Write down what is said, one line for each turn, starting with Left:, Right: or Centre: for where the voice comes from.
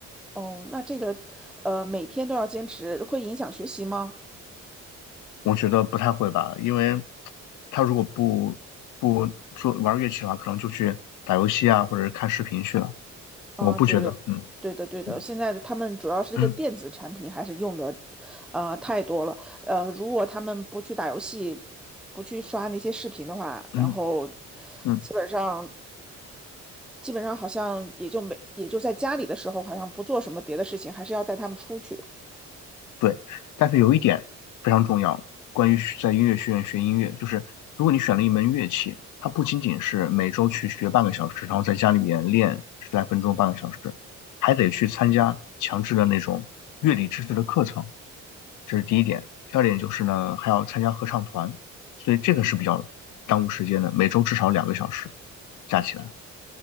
Centre: 哦，那这个呃每天都要坚持，会影响学习吗？
Left: 我觉得不太会吧，因为他如果不不做玩乐器的话，可能就去打游戏啊，或者是看视频去了。
Centre: 啊，
Left: 我不觉得，
Centre: 对的，
Left: 嗯
Centre: 对的，对的。
Left: 嗯
Centre: 现在的他们主要是这个电子产品还是用的，
Left: 嗯
Centre: 呃，太多了。呃，如果他们不去打游戏，不去刷那些视频的话，
Left: 嗯
Centre: 然后
Left: 嗯。
Centre: 基本上基本上好像也就没也就在家里的时候，好像不做什么别的事情，还是要带他们出去。
Left: 对，但是有一点非常重要，关于在音乐学院学音乐，就是如果你选了一门乐器，它不仅仅是每周去学半个小时，然后在家里面练十来分钟、半个小时，还得去参加强制的那种乐理知识的课程，这是第一点。第二点就是呢，还要参加合唱团，所以这个是比较耽误时间的，每周至少两个小时加起来。